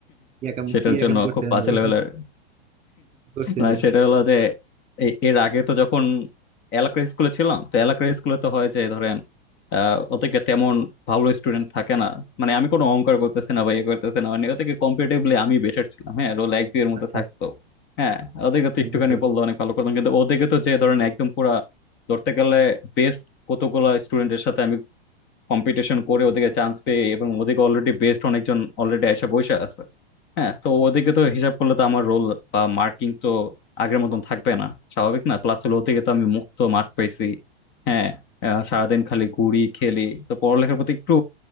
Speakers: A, on the right; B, on the left.
A: কি একাম
B: সেটার
A: কি একাম
B: জন্য
A: করছিলেন
B: খুব বাজে
A: ভাই
B: লেভেলের
A: কি করছিলেন
B: না সেটা হলো যে এ- এর আগে তো যখন এলাকার স্কুলে ছিলাম তো এলাকার স্কুলে তো হয় যে ধরেন আহ ওদেরকে তেমন ভালো স্টুডেন্ট থাকে না মানে আমি কোনো অহংকার করতেছি না বা ইয়ে করতেছি না মানে ওদেরকে কম্পিটিটিভলি
A: হ্যাঁ,
B: আমি বেটার ছিলাম হ্যাঁ রোল এক দুই এর মধ্যে
A: আচ্ছা
B: থাকতো
A: আচ্ছা
B: হ্যাঁ ওদেরকে তো
A: হ্যাঁ,
B: একটুখানি
A: বুঝতে পারছি
B: বললো অনেক ভালো করতাম কিন্তু ওদেরকে তো যে ধরেন একদম পুরা ধরতে গেলে বেস্ট কতগুলা স্টুডেন্টের সাথে আমি কম্পিটিশন করে ওদেরকে চান্স পেয়ে এবং ওদেরকে অলরেডি বেস্ট অনেকজন অলরেডি এসে বসে আছে হ্যাঁ তো ওদিকে তো হিসাব করলে তো আমার রোল বা মার্কিং তো আগের মতন থাকবে না স্বাভাবিক না প্লাস হলো ওদিকে তো আমি মুক্ত মাঠ পাইছি হ্যাঁ আহ, সারাদিন খালি ঘুরি খেলি তো পড়ালেখার প্রতি একটু